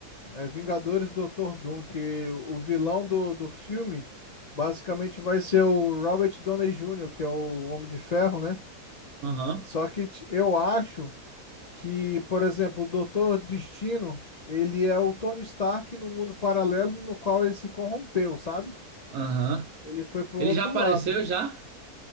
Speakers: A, on the left; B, on the right.
A: é, Vingadores Doutor Doom, que o vilão do, do filme basicamente vai ser o Robert Downey Jr., que é o Homem de Ferro, né?
B: Aham.
A: Só que t- eu acho que, por exemplo, o Doutor Destino, ele é o Tony Stark no mundo paralelo no qual ele se corrompeu, sabe?
B: Aham.
A: Ele foi pro
B: Ele
A: outro
B: já apareceu
A: lado.
B: já?